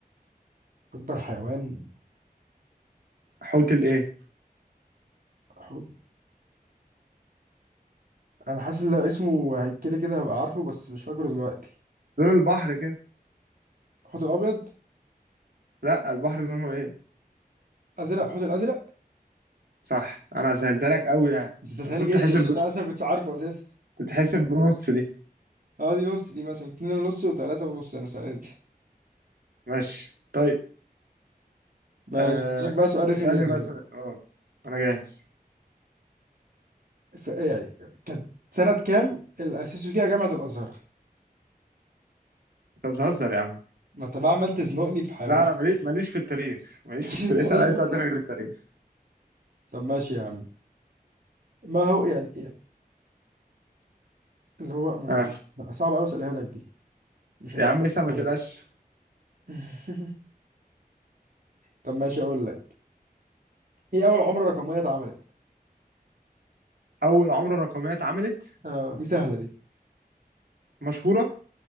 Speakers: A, on the right; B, on the right.
A: اكبر حيوان
B: حوت الايه
A: حوت انا حاسس ان لو اسمه هي- كده كده هبقى عارفه بس مش فاكره دلوقتي
B: لون البحر كده
A: حوت الابيض
B: لا البحر لونه ايه
A: ازرق حوت الازرق
B: صح انا سهلت لك قوي يعني
A: انت سالتها
B: المفروض
A: لي جدا
B: تحسب
A: بس
B: ب...
A: انا اصلا ما كنتش عارفه اساسا
B: تتحسب بنص دي
A: اه دي نص دي مثلا اتنين ونص وتلاته ونص مثلا انت
B: ماشي طيب
A: ماشي
B: آه...
A: هسألك بقى سؤال رخم
B: اسالني
A: جدا
B: بقى سؤال
A: بقى
B: اه انا جاهز
A: ف- يعني كانت سنة كام اللي أسسوا فيها جامعة الأزهر؟
B: انت بتهزر يا عم
A: ما أنت بقى عمال تزنقني في حيوانات
B: لا انا
A: تاريخ
B: ماليش ماليش في التاريخ ماليش
A: الأزهر؟
B: في التاريخ اسال اي سؤال
A: <laughs>
B: تاني غير التاريخ
A: طب ماشي يا عم ما هو يعني إيه؟ اللي هو ما-
B: اه
A: ما- صعب أوي أسألها لك دي مش
B: يا
A: هتعرف
B: عم اسال ما
A: برضه.
B: تقلقش
A: <laughs> طب ماشي اقول لك ايه اول عملة رقمية اتعملت
B: اول عمله رقميه اتعملت
A: اه دي سهلة دي
B: مشهوره